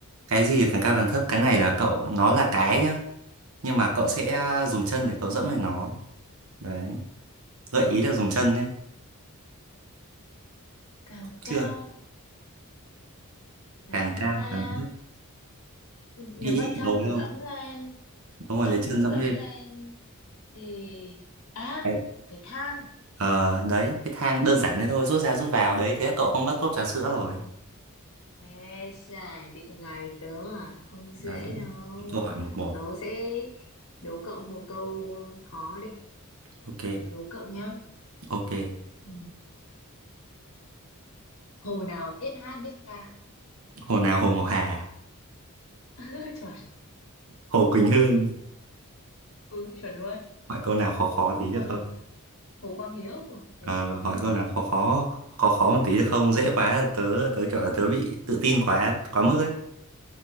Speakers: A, on the right (about 75°); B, on the left (about 75°).
A: cái gì càng cao càng thấp cái này là cậu nó là cái nhá nhưng mà cậu sẽ à, dùng chân để cậu dẫm lên nó đấy gợi ý là dùng chân nhé
B: càng cao
A: chưa
B: là
A: càng
B: sao
A: cao
B: ta
A: càng thấp
B: nếu
A: nghĩ
B: mà chân
A: đầu
B: mà
A: đâu
B: dẫm lên
A: đúng
B: chân
A: rồi lấy chân
B: mà
A: dẫm
B: dẫm
A: lên
B: lên thì à
A: đấy.
B: cái thang
A: Ờ, đấy cái thang đơn giản thế thôi rút ra rút vào đấy thế là cậu không mất cốc trà sữa rồi
B: Ê, giải định gài tớ à? Không dễ
A: đấy
B: đâu.
A: một câu hỏi một một
B: Tớ sẽ đố cậu một câu khó đi.
A: ok
B: Tớ đố cậu nhá.
A: ok
B: Ừ. Hồ nào biết hát biết ca?
A: hồ nào hồ Ngọc Hà
B: <laughs> chuẩn.
A: hồ Quỳnh Hương
B: Ừ, chuẩn luôn.
A: hỏi câu nào khó khó tí
B: Hồ,
A: được không
B: Hồ Quang Hiếu. Ừ,
A: Ờ, hỏi
B: đấy.
A: câu nào khó khó khó khó một tí được không dễ quá tớ tớ kiểu là tớ bị tự tin quá quá mức ấy